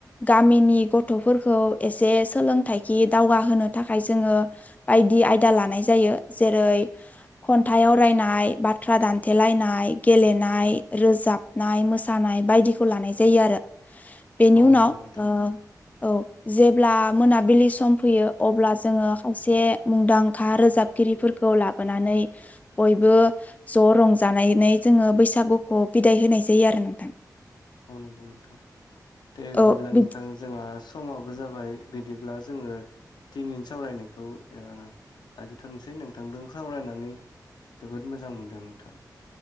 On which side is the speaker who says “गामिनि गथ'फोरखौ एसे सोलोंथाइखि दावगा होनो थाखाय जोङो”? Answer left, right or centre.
Left